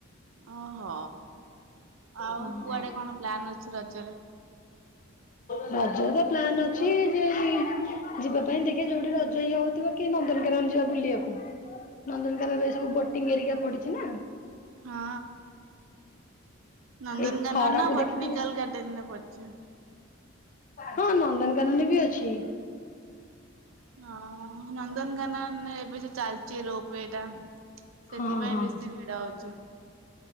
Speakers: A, on the right; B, on the left.
A: ଓହୋ ଆଉ
B: ହଁ
A: କୁଆଡେ କଣ ପ୍ଲାନ ଅଛି ରଜରେ? ହଁ
B: ରଜରେ ପ୍ଲାନ ଅଛି ଯେ ଯିବା ପାଇଁ ଦେଖିଆ ଯୋଉଠି ରଜ ଇଏ ହୋଉଥିବ କି ନନ୍ଦନକାନନ ଯିବା ବୁଲିବାକୁ ନନ୍ଦନକାନନରେ ଏସବୁ ଭୋଟିଂ ହରିକା ପଡିଚି ନା।
A: ହଁ ନନ୍ଦନକାନନ
B: ଏଇ ଖରାକୁ
A: ନା ବଟନିକାଲ
B: ଦେଖିକି
A: ଗାର୍ଡେନରେ ପଡଚି।
B: ହଁ ନନ୍ଦନକାନନରେ ବି ଅଛି।
A: ହଁ ନନ୍ଦନକାନ ଏବେ ଯ ଚାଲଚି ରୋପୱେ ଇଏଟା ସେଥିପାଇଁ
B: ହଁ ହଁ।
A: ବେଶୀ ଭିଡ ହୋଉଚି।